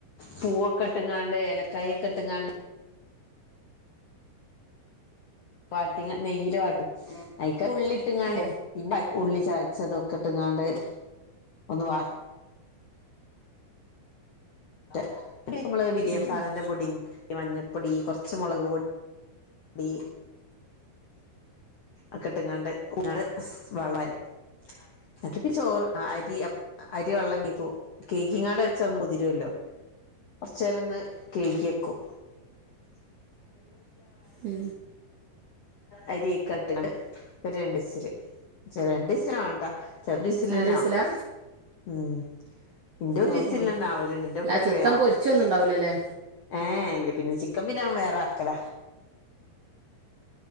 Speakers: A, on the left (about 65°); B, on the right (about 65°).
A: പൂവൊക്കെ ഇട്ട്ങ്ങാണ്ട് ഏലക്കായൊക്കെ ഇട്ട്ങ്ങാണ്ട് വാട്ടിങ്ങ് നെയ്യില് വാട്ടും അയ്ക്ക ഉള്ളിട്ടിങ്ങാണ്ട്‌
B: ഓ
A: പിന്നെ ഉള്ളി ചച്ചതൊക്കെ ഇട്ടുങ്ങാണ്ട് ഒന്ന് വ റ്റ് നമ്മള് ബിരിയാ
B: ഉം
A: മസാലേന്റെ
B: ഉം
A: പൊടിയും മഞ്ഞപ്പൊടി കോർച്ച് മുളകുപൊ ടി ഒക്കെട്ട്ങ്ങാണ്ട് ങ്ങാട് വളരെ ന്നട്ടപ്പ ചോറ് അരി അപ് അരിവെള്ളം കെഗ്ഗു കെയ്ഗിങ്ങാണ്ട്‌ വെച്ചാ ഒന്നു കുതിരുവല്ലോ കൊർച്ചേരൊന്ന് കെയ്കെക്കും
B: <unintelligible> ഹും
A: അരിയെക്കെട്ടിങ്ങാണ്ട് ഒരു രണ്ടുവിസില് ക്ഷേ രണ്ടുവിസില് വാണ്ട <unintelligible>
B: രണ്ട് വിസിലാ
A: ഉം ന്റൊര്
B: ഓ
A: സിലിനെന്നാവല്ണ്ട്‌
B: ഓ
A: ന്റെ
B: അല്ല
A: കുക്കറില്
B: ചിക്കൻ
A: വേംആവും
B: പൊരിച്ചൊന്നും ഉണ്ടാവൂലല്ലേ
A: ഏല്ലേ പിന്നെ ചിക്കൻ പിന്നെ വേറാക്കല